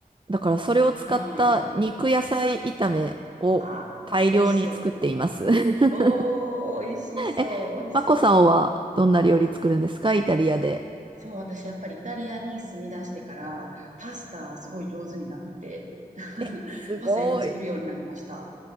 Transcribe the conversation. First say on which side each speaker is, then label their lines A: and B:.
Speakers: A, on the right (about 30°); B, on the right (about 50°).
A: だからそれを使った肉野菜炒めを大量に作っています。
B: 辛いの。あー、美味しそう。
A: <laughs>
B: おー、美味しそう、
A: え、
B: 美味しそ
A: マコさんはどんな料理作るんですかイタリアで。
B: う。そう、私やっぱりイタリアに住み出してから、パスタすごい上手になって、<laughs>
A: え、すごい。
B: パスタよく作るようになりました。